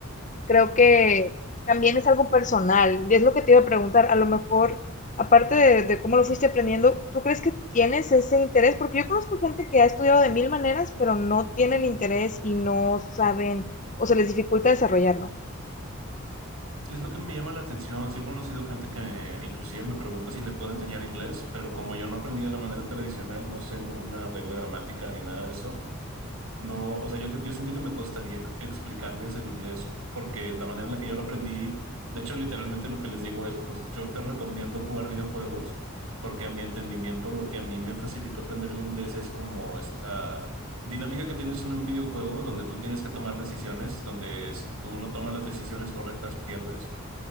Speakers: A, on the left; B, on the right.
A: creo que también es algo personal. y Es lo que te iba a preguntar. A lo mejor, aparte de, de cómo lo fuiste aprendiendo, ¿tú crees que tienes ese interés? Porque yo conozco gente que ha estudiado de mil maneras, pero no tiene el interés y no saben o se les dificulta desarrollarlo.
B: Sí, Es lo que me llama la atención. Sí he conocido gente que inclusive me pregunta si le puedo enseñar inglés, pero como yo no aprendí de la manera tradicional, no sé ninguna regla gramática ni nada de eso, no, o sea, yo, yo siento que me costaría ex- explicarles el inglés porque la manera en la que yo lo aprendí, de hecho, literalmente lo que les digo es, pues yo te recomiendo jugar videojuegos porque a mi entendimiento lo que a mí me facilitó aprender el inglés es como esta dinámica que tienes en un videojuego donde tú tienes que tomar decisiones, donde si tú no tomas las decisiones correctas, pierdes.